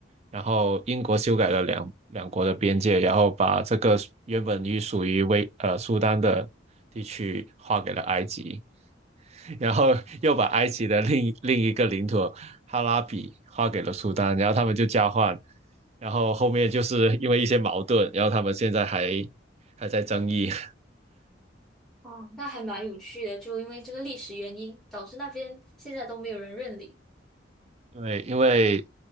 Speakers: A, on the right; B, in the centre.
A: 然后英国修改了两两国的边界，然后把这个原本于属于为呃苏丹的地区划给了埃及，<laughs> 然后又把埃及的另另一个领土哈拉比划给了苏丹，然后他们就交换，然后后面就是因为一些矛盾，然后他们现在还还在争议。<laughs>
B: 哦，那还蛮有趣的，就因为这个历史原因，导致那边现在都没有人认领。
A: 对，因为